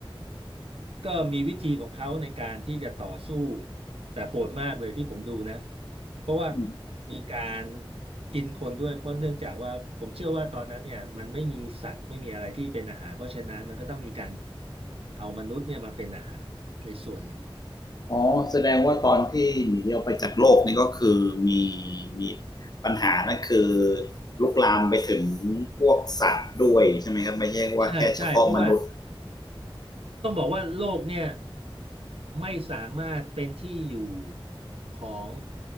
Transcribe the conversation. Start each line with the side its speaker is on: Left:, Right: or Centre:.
Right: ก็มีวิธีของเขาในการที่จะต่อสู้แต่โหดมากเลยที่ผมดูนะเพราะว่า
Left: อืม
Right: มีการกินคนด้วยเพราะเนื่องจากว่าผมเชื่อว่าตอนนั้นเนี่ยมันไม่มีสัตว์ไม่มีอะไรที่เป็นอาหารเพราะฉะนั้นมันก็ต้องมีการเอามนุษย์เนี่ยมาเป็นอาหารในส่วนหนึ่ง
Left: อ๋อแสดงว่าตอนที่หนีออกไปจากโลกนี่ก็คือมีมีปัญหานั่นคือลุกลามไปถึงพวกสัตว์ด้วยใช่ไหมครับไม่ใช่ว่าแค่เฉพาะมนุษย์
Right: ใช่ใช่เพราะว่าต้องบอกว่าโลกเนี่ยไม่สามารถเป็นที่อยู่ของ